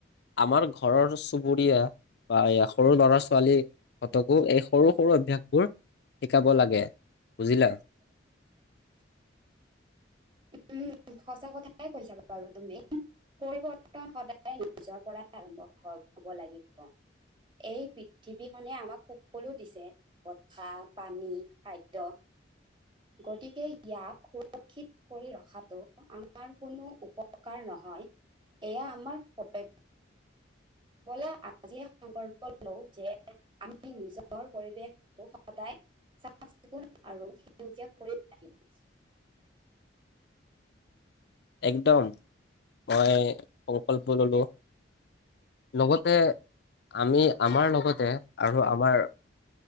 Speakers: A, on the left (about 55°); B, on the right (about 25°).
A: আমাৰ ঘৰৰ চুবুৰীয়া বা এয়া সৰু ল'ৰা চো ছোৱালী হঁতকো এই সৰু সৰু অভ্যাসবোৰ শিকাব লাগে বুজিলা?
B: <inaudible> উম, সঁচা কথাই কৈছাবা বাৰু তুমি। পৰিৱৰ্তন সদায় নিজৰ পৰাই আৰম্ভ হ'ব লাগিব। এই পৃথিৱীখনে আমাক সকলো দিছে। বতাহ, পানী, খাদ্য, গতিকে ইয়াক সুৰক্ষিত কৰি ৰখাটো আমাৰ কোনো উপকাৰ নহয় এয়া আমাৰ কৰ্তব্য। ব'লা আজি সংকল্প লও যে আমি নিজৰ পৰিৱেশ সদায় চাফ-চিকুণ আৰু সেউজীয়া কৰি ৰাখিম। <inaudible>
A: একদম মই সংকল্প ল'লো। লগতে আমি আমাৰ লগতে আৰু আমাৰ